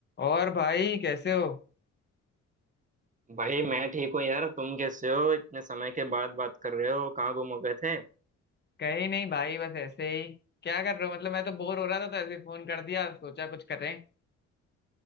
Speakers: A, on the left; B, on the right.
A: और भाई कैसे हो
B: भाई मैं ठीक हूँ यार तुम कैसे हो इतने समय के बाद बात कर रहे हो कहाँ गुम हो गए थे
A: कहीं नहीं भाई बस ऐसे ही क्या कर रहे हो मतलब मैं तो बोर हो रहा था तो ऐसे ही फोन कर दिया सोचा कुछ करें